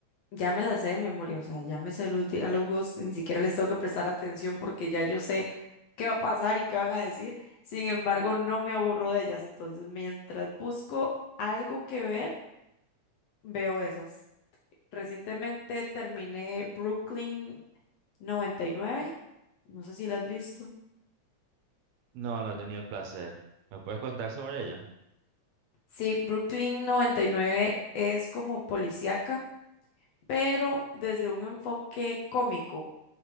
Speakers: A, on the left (about 80°); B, on the right (about 80°).
A: ya me las sé de memoria, o sea, ya me sé los diálogos, ni siquiera les tengo que prestar atención porque ya yo sé qué va a pasar y qué van a decir. Sin embargo, no me aburro de ellas, entonces mientras busco algo que ver, veo esas. Recientemente terminé Brooklyn noventa y nueve no sé si la has visto.
B: No, no he tenido el placer. ¿Me puedes contar sobre ella?
A: Sí, Brooklyn noventa y nueve es como policíaca, pero desde un enfoque cómico.